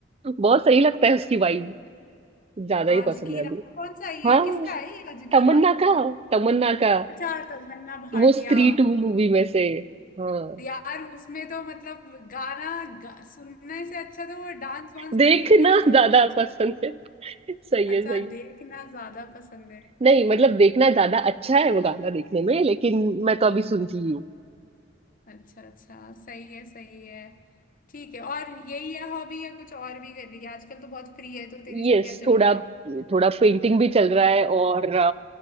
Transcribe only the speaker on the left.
आज
की
रात कौन सा है
ये किसका है ये आज
की रात
अच्छा तमन्ना भाटिया
यार उसमें तो मतलब गाना गा, सुनने से अच्छा तो वो डांस वांस
कर रही होगी तू तो
उसमें आज-
अच्छा
देखना ज्यादा पसंद है
अच्छा अच्छा सही है सही है ठीक है और यही है हॉबी या कुछ और भी कर रही है आजकल तो बहुत फ्री है तो तेरी छुट्टियां
चल
रही है